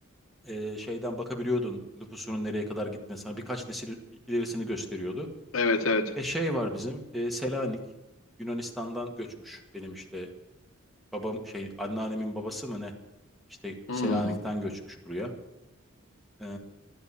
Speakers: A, in the centre; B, on the left (about 70°).
A: Ee, şeyden bakabiliyordun nüfusunun nereye kadar gittiğine sana birkaç nesil ilerisini gösteriyordu.
B: Evet evet.
A: E şey var bizim e, Selanik Yunanistan'dan göçmüş benim işte babam şey anneannemin babası mı ne işte
B: Hmm.
A: Selanik'ten göçmüş buraya. Ee,